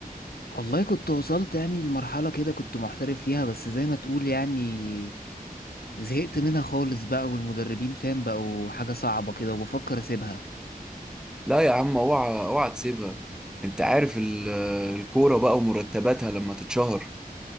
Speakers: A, on the left; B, in the centre.
A: والله كنت وصلت يعني لمرحله كده كنت محترف فيها بس زي ما تقول يعني زهقت منها خالص بقى والمدربين فاهم بقوا حاجه صعبه كده وبفكر اسيبها
B: لا يا عم اوعى اوعى تسيبها انت عارف ال- الكورة بقى ومرتباتها لما تتشهر